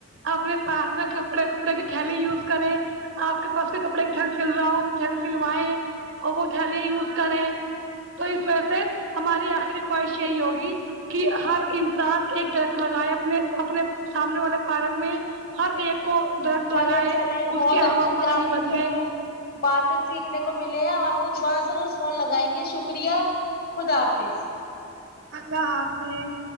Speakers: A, on the right; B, on the left.
A: اپنے پاس میں کپڑے کپڑے کی تھیلی یوز کریں آپ کے پاس کے کپڑے کی ٹھن سل رہا ہو ٹھن سلویں اور وہ تھیلی یوز کریں تو اس وجہ سے ہماری آخری خواہش یہی ہوگی کہ ہر انسان ایک درخت لگائے اپنے اپنے سامنے والے پارک میں ہر ایک کو درخ
B: چلے
A: لگائے
B: چلے بہت
A: اس کی ہوا
B: اچھی
A: پانی
B: آپ
A: بدلے
B: سب ہے باتیں سیکھنے کو ملے ہیں ہم آپ کو دوبارہ ضرور فون لگائیں گے شکریہ خدا حافظ
A: اللہ حافظ